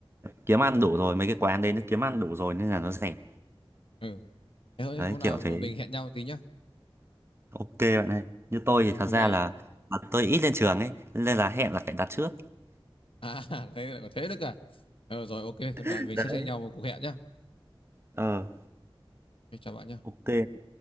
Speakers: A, on the right; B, on the left.
A: kiếm ăn đủ rồi Mấy cái quán đấy nó kiếm ăn đủ rồi nên là nó dẹp
B: ừ. Thế thôi
A: Đấy
B: hôm nào
A: kiểu
B: mình
A: thế
B: hẹn nhau tí nhá.
A: Ok bạn ơi, như tôi thì
B: Thế
A: thật
B: Hôm
A: ra
B: nay
A: là, là tôi ít lên trường ấy, nên là hẹn là phải đặt trước.
B: à <laughs> thế lại có thế được à? Ờ, rồi ok, thế là
A: <laughs>
B: mình
A: Đấy.
B: sẽ xem nhau một cuộc hẹn nhá.
A: Ờ,
B: Ok, chào bạn nhé.
A: ok.